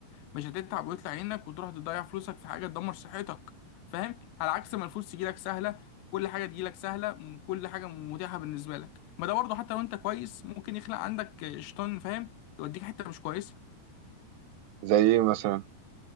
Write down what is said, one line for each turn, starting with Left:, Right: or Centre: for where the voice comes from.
Left: مش هتتعب ويطلع عينك وتروح تضيع فلوسك في حاجه تدمر صحتك فاهم على عكس ما الفلوس تجيلك سهله كل حاجه تجيلك سهله م- كل حاجه متاحه بالنسبه لك ما ده برضه حتى لو انت كويس ممكن يخلق عندك آه، شيطان فاهم يوديك حته مش كويسه
Right: زي ايه مثلا